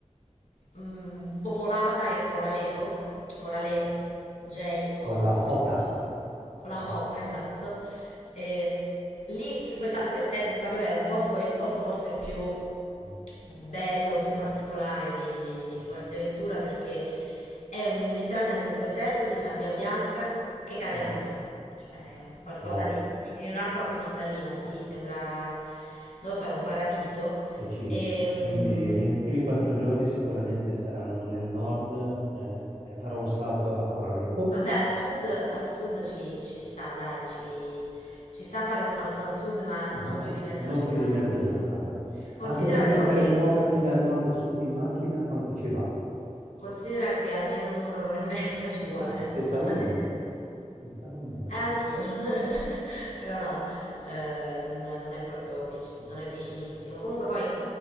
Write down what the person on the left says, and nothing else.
mh, popolata è Coralejo, Corale
J
ho
scritto.
con la Jota, esatto. E lì, questa, questa è, vabbè, è un posto, è il posto forse più
bello, più particolare di, di, di Fuerteventura perché è un- letteralmente un deserto di sabbia bianca che cade
a mare, cioè un qualcosa
di, in un'acqua cristallina, sì, sembra, non lo so, è un paradiso.
E,
mm,
Vabbè, al sud, al sud ci, ci sta, dai, ci, ci sta fare un salto al sud, ma
non
più di mezza
giornata.
Consi-
Considera,
però
che,
considera che almeno un'ora, un'ora e mezza ci vuole,
eh? Nonostante
sia... Eh,
anch'io, <laughs> però no, eh, non, non è proprio vic- non è vicinissimo. Comunque poi